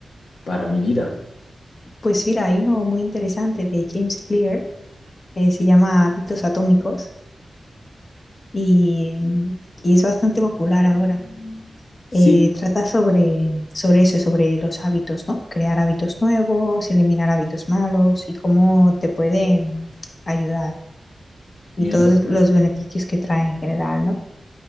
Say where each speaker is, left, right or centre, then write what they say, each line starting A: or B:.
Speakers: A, on the left (about 85°); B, on the left (about 45°).
A: para mi vida.
B: Pues mira, hay uno muy interesante de James Clear, eh, se llama Hábitos Atómicos y, mm, y es bastante popular ahora.
A: Sí,
B: Eh, trata sobre, sobre eso, sobre los hábitos, ¿no? Crear hábitos nuevos, eliminar hábitos malos y cómo te pueden mm, ayudar y
A: mira,
B: todos los beneficios que trae en general, ¿no?